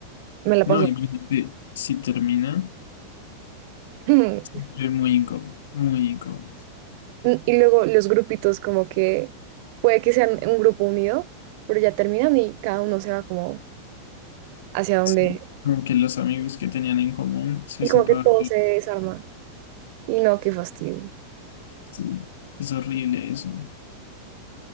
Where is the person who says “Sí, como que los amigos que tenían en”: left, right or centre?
Left